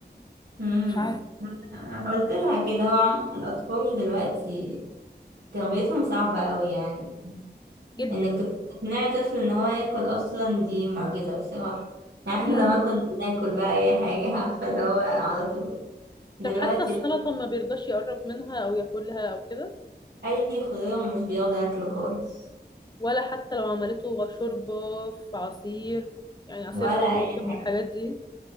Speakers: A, on the right; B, on the left.
A: امم
B: مش عارف
A: قلت لها كده هو عموما الاطفال دلوقتي تربيتهم صعبه قوي يعني
B: جدا
A: انك تقنعي طفل ان هو ياكل اصلا دي معجزه بصراحه يعني احنا
B: مم.
A: زمان كنا بناكل بقى اي حاجه عارفه اللي هو على طول دلوقتي
B: طب حتى السلطة
A: لا.
B: ما بيرضاش يقرب منها أو ياكلها أو كده
A: اي خضار مش بيرضى ياكله خالص
B: ولا حتى لو عملته شوربة في عصير يعني عصير
A: ولا
B: طماطم
A: اي حاجه
B: والحاجات دي